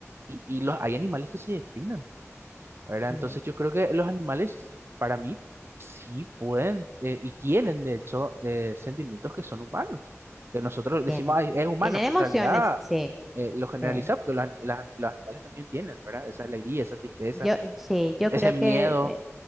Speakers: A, on the right (about 50°); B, in the centre.
A: Y, y los, hay animales que se deprimen, ¿verdad?
B: Sí,
A: Entonces yo creo que los animales, para mí, sí pueden eh, y tienen, de hecho, eh, sentimientos que son humanos. Que nosotros
B: tienen.
A: decimos, "Ay, es humano,
B: Tienen
A: pero
B: emociones,
A: en realidad
B: sí,
A: eh, lo generaliza
B: sí.
A: porque los, anim- las- los animales también tienen, ¿verdad? Esa alegría, esa tristeza
B: Yo, sí, yo
A: ese
B: creo
A: miedo,
B: que eh,